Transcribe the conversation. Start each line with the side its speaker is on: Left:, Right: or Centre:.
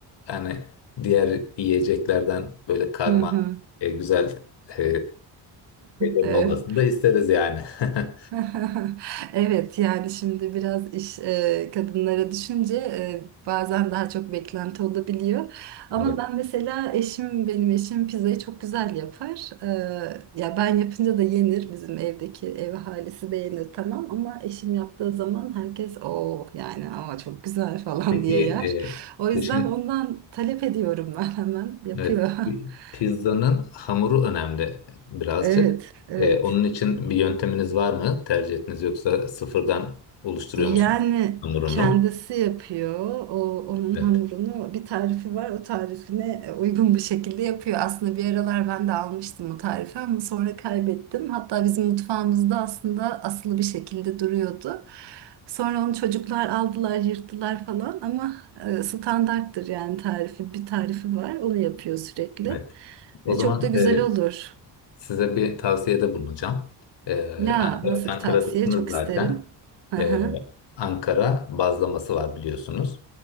Left: yani diğer yiyeceklerden böyle karma
Right: Hı hı.
Left: e, güzel e, şeylerin
Right: Evet.
Left: olmasını da isteriz yani. <laughs>
Right: <laughs> Evet yani şimdi biraz iş e, kadınlara düşünce e, bazen daha çok beklenti olabiliyor. Ama
Left: Evet.
Right: ben mesela eşim benim eşim pizzayı çok güzel yapar. E, ya ben yapınca da yenir bizim evdeki ev ahalisi beğenir tamam ama eşim yaptığı zaman herkes o yani ama çok güzel <laughs> falan
Left: Peki
Right: diye yer.
Left: e,
Right: O
Left: eşin
Right: yüzden ondan talep ediyorum ben hemen yapıyor.
Left: Evet,
Right: <laughs>
Left: pizzanın hamuru önemli birazcık.
Right: Evet, evet.
Left: Ee, onun için bir yönteminiz var mı? Tercih ettiniz yoksa sıfırdan oluşturuyor
Right: Yani
Left: musunuz hamurunu?
Right: kendisi yapıyor. O onun
Left: Evet,
Right: hamurunu bir tarifi var. O tarifine e, uygun bir şekilde yapıyor. Aslında bir aralar ben de almıştım o tarifi ama sonra kaybettim. Hatta bizim mutfağımızda aslında asılı bir şekilde duruyordu. Sonra onu çocuklar aldılar, yırttılar falan ama e, standarttır yani tarifi. Bir tarifi var. Onu yapıyor sürekli.
Left: evet. O
Right: E,
Left: zaman
Right: Çok da güzel
Left: e,
Right: olur.
Left: size bir tavsiyede bulunacağım. Ee,
Right: Ya
Left: Ankara,
Right: nasıl
Left: Ankara'dasınız
Right: bir tavsiye? Çok
Left: zaten.
Right: isterim. Aha,
Left: Ee, Ankara bazlaması var biliyorsunuz.